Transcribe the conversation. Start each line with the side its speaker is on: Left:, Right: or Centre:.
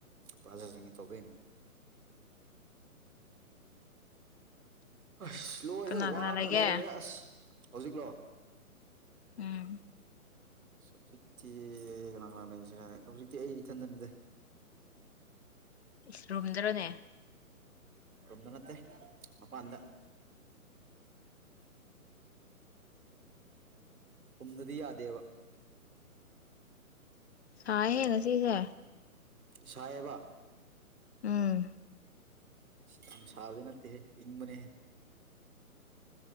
Right: ꯄ꯭ꯔꯥꯖꯥꯁꯤꯡꯒꯤ ꯇꯧꯗꯣꯏꯅꯦ ꯑꯁ ꯂꯣꯏꯔꯦ
Left: ꯀꯅꯥ
Right: ꯋꯥꯕꯅ
Left: ꯀꯅꯥ ꯂꯩꯒꯦ
Right: ꯂꯣꯏꯔꯦ ꯑꯁ ꯍꯧꯖꯤꯛꯂꯣ
Left: ꯎꯝ
Right: ꯍꯧꯖꯤꯛꯇꯤ ꯀꯥꯅ ꯀꯥꯅ ꯂꯩꯁꯤꯔ ꯍꯧꯖꯤꯛꯇꯤ ꯑꯩ ꯏꯊꯟꯗꯅꯤꯗꯥ
Left: ꯏꯁ ꯔꯨꯝꯗꯔꯣꯅꯦ
Right: ꯔꯣꯝꯗꯅꯠꯇ ꯑꯄꯥꯟꯗ ꯔꯨꯝꯗꯗꯤ ꯌꯥꯗꯦꯕ
Left: ꯁꯥꯏꯌꯦ ꯉꯥꯁꯤꯁꯦ
Right: ꯁꯥꯏꯌꯦꯕ
Left: ꯎꯝ
Right: ꯌꯥꯝ ꯁꯕꯗꯤ ꯅꯠꯇꯦꯍꯦ ꯏꯪ ꯕꯅꯦꯍꯦ